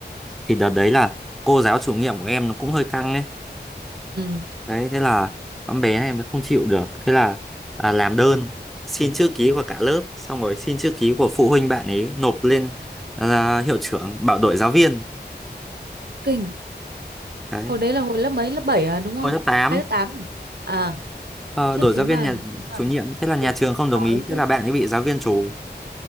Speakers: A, in the centre; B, on the right (about 65°).
A: thì đợt đấy là cô giáo chủ nhiệm của em nó cũng hơi căng ấy
B: Ừ,
A: đấy thế là con bé này mới không chịu được thế là à, làm đơn xin chữ ký của cả lớp xong rồi xin chữ ký của phụ huynh bạn ấy nộp lên à, hiệu trưởng bảo đổi giáo viên
B: kinh.
A: đấy
B: Hồi đấy là hồi lớp mấy, lớp 7 à đúng không?
A: hồi lớp tám
B: Hay lớp 8 nhỉ? À,
A: ờ,
B: khiếp
A: đổi
B: thế
A: giáo
B: mà
A: viên nhà
B: thế mà
A: chủ nhiệm thế là nhà
B: ui,
A: trường không đồng
B: nói
A: ý thế
B: chứ
A: là bạn ấy bị giáo viên trù